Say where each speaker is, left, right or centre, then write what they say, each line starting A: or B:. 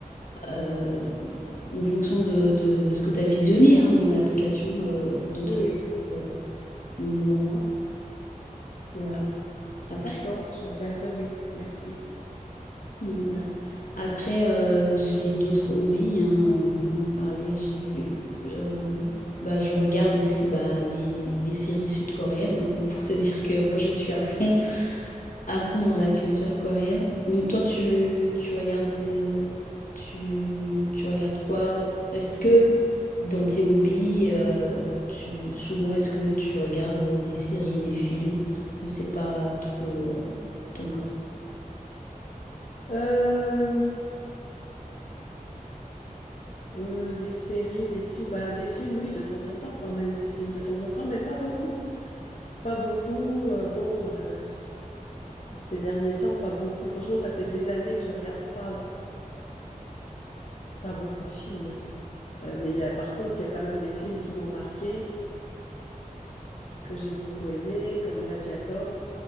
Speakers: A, on the left; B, on the left.
A: euh, en fonction de, de, de ce que tu as visionné hein, dans l'application euh, d'autres
B: Oui, oui.
A: groupes. Donc voilà, voilà. Après.
B: D'accord, je regarderai. Merci.
A: Donc voilà. Après, euh, j'ai d'autres hobbies, hein, on peut en parler. J'ai, euh, bah, je regarde aussi bah, les, les séries sud-coréennes, hein, pour te <laughs> dire que moi, je suis à fond, à fond dans la culture coréenne. Donc toi, tu, tu regardes des- tu, tu regardes quoi? Est-ce que dans tes hobbies, euh, tu, souvent, est-ce que tu regardes euh, des séries, des films, ou c'est pas trop, euh, ton cas?
B: Euh, euh, des séries, des films, bah, des films, oui, de temps en temps quand même, des films de temps en temps, mais pas beaucoup. Pas beaucoup. euh, bon, euh, Ces derniers temps, pas beaucoup. Franchement, ça fait des années que je regarde pas, pas beaucoup de films. Euh, mais il y a, par contre, il y a quand même des films qui m'ont marqué, que j'ai beaucoup aimé, comme Gladiator.